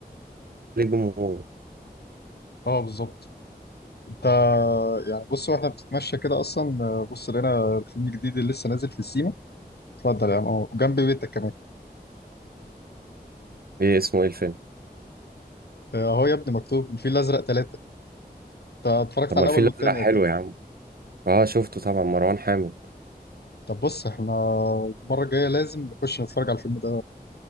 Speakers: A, on the right (about 65°); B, on the left (about 75°).
A: ليه جمهوره
B: اه بالظبط انت يعني بص واحنا بنتمشى كده اصلا آه، بص لقينا الفيلم الجديد اللي لسه نازل في السيما اتفضل يا عم اهو جنب بيتك كمان
A: إيه اسمه إيه الفيلم؟
B: آه، اهو يا ابني مكتوب الفيل الازرق ثلاثة انت اتفرجت
A: طب
B: على
A: ما الفيل
B: الاول والثاني
A: الأزرق حلو
B: اكيد
A: يا عم أه شفته طبعا مروان حامد
B: طب بص احنا المره الجايه لازم نخش نتفرج على الفيلم ده